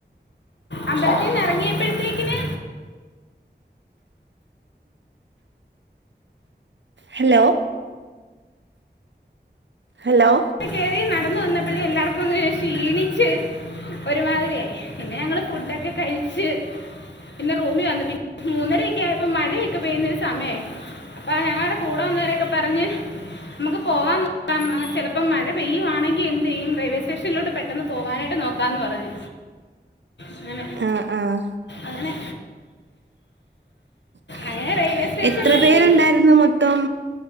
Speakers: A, on the left; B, on the right.
A: അമ്പലത്തി നി ഇറങ്ങിയപ്പോഴത്തേക്കിന്
B: ഹലോ ഹലോ
A: അ കയറി നടന്ന വന്നപ്പോഴ എല്ലാവർക്കും ഒന്ന് ക്ഷീണിച് ഒരുമാതിരിയായി പിന്നെ ഞങ്ങള് ഫുഡൊക്കെ കഴിച്ച് പിന്നെ റൂമി വന്നു പിന്നെ മൂന്നരയൊക്കെ ആയപ്പോ മഴയൊക്കെ പെയ്യുന്ന ഒരു സമയായി അപ്പൊ ഞങ്ങളുടെ കൂടെ വന്നവരൊക്കെ പറഞ്ഞ് നമുക്ക് പോവാൻ നോക്കാം ചെല പ്പം മഴ പെയ്യുവാണെങ്കിൽ എന്ത് ചെയ്യും റെയിൽവേ സ്റ്റേഷനിലോട്ട് പെട്ടെന്ന് പോകാനായിട്ട് നോക്കാമെന്ന് പറഞ്ഞ് അങ്ങനെ
B: ആഹ് ആഹ്
A: അങ്ങനെ
B: ആ
A: അങ്ങനെ റെയിൽവേ സ്റ്റേഷനിലെത്തി
B: എത്ര പേരുണ്ടായിരുന്നു മൊത്തം